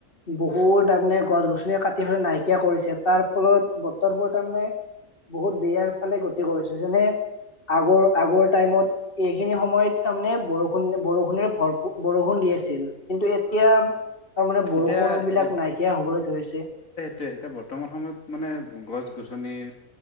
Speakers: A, on the left; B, on the left.
A: বহুত তাৰমানে গছ-গছনি কাটি হয় নাই কৰিছে তাৰ ফলত বতৰবোৰ তাৰমানে বহুত বেয়াৰ ফালে গতি কৰিছে যেনে আগৰ আগৰ টাইমত এইখিনি সময়ত তাৰমানে বৰষুণ বৰষুণে ভৰপু বৰষুণ দি আছিল। কিন্তু এতিয়া তাৰমানে বৰষুণ
B: এতিয়া
A: বিলাক নাইকিয়া হবলৈ ধৰিছে।
B: তে এতিয়া বৰ্তমান সময়ত মানে গছ-গছনিৰ